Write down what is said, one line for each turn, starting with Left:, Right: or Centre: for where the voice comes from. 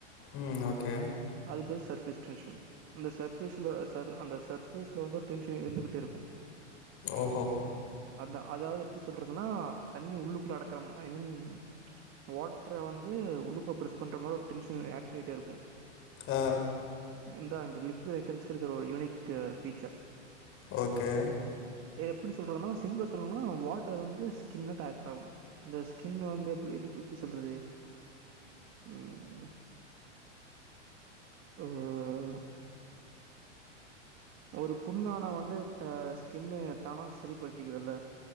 Left: ம் ஓகே
Right: அது சர்ஃபேஸ்டேஷன் அந்த சர்ஃபேஸ் அந்த சர் அந்த சர்ஃபேஸ்ல வந்து டென்ஷன் இருந்துகிட்டே இருக்கு
Left: ஓஹோ
Right: அதா அதாவது எப்டி சொல்றதுன்னா தண்ணி உள்ளுக்குள்ள அடக்குற ஐ மீன் வாட்டர வந்து இது உள்ளுக்குள்ள பண்ற மாரி <unintelligible> இருக்கும்
Left: ஆ
Right: இந்தா இந்த லிக்யூட் ஐட்டம்ஸ் இருக் ஒரு யூனிக் பீஃச்சர்
Left: ஓகே
Right: எப்டி சொல்றதுனா சிம்பிளா சொல்லணுன்னா வாட்டர் வந்து ஸ்கின்ன டாக்ட் ஆகு இந்த ஸ்கின் வந்து எப்டி எப் எப்படி சொல்றது உம் ஓ ஓ ஓ ஒரு புண்ணானா வந்து தா ஸ்கின்னுு தானா சரிப்படுத்திக்குதுல்ல